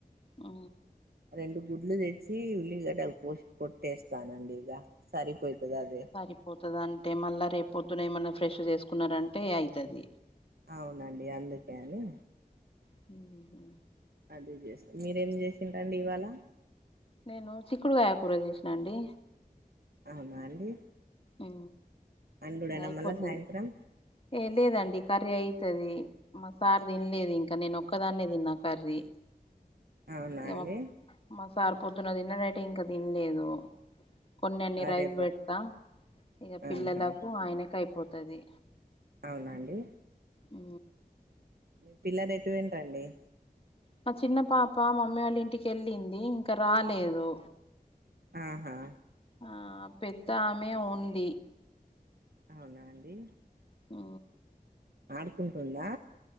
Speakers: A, on the left; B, on the right.
A: ఆ
B: రెండు గుడ్లు తెచ్చి ఉల్లిగడ్డలు కోసి పొట్టేస్తానండి ఇగ సరిపోయితదా అది
A: సరిపోతది అంటే మళ్ళా రేపు పొద్దున ఏమన్నా ఫ్రెష్ చేసుకున్నారంటే అయితది
B: అవునండి అందుకే అని
A: హూ హూ
B: అది చేసి మీరేం చేసిండ్రండి ఇవాళ
A: నేను చిక్కుడుగాయ కూర చేసినా అండి
B: అవునా అండి
A: ఊ
B: అండుడేనా
A: అయిపోతది
B: మళ్ళా సాయంత్రం
A: ఏ లేదండి కర్రీ అయితది మా సార్ తినలేదు ఇంకా నేను ఒక్కదాన్నే తిన్నా కర్రీ
B: అవునా
A: ఇక
B: అండి
A: మా మా సార్ పొద్దున్న తిన్నడైటే ఇంకా తినలేదు కొన్ని అన్ని
B: అరేబా
A: రైస్ పెడతా ఇఢ పిల్లలకు
B: ఆహా
A: ఆయనకు అయిపోతది
B: అవునండి
A: ఊ
B: మీ పిల్లలు ఎటు వొయిండ్రండి
A: మా చిన్న పాప మమ్మీ వాళ్ళ ఇంటికెళ్ళింది ఇంకా రాలేదు
B: ఆహా
A: ఆ పెద్ద ఆమె ఉంది
B: అవునా అండి
A: ఆ
B: ఆడుకుంటుందా